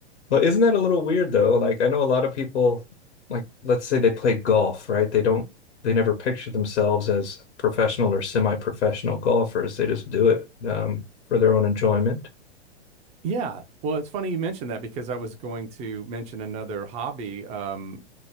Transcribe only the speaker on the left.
Well, isn't that a little weird though? Like I know a lot of people, like let's say they play golf, right? They don't, they never picture themselves as professional or semi-professional golfers. They just do it um, for their own enjoyment.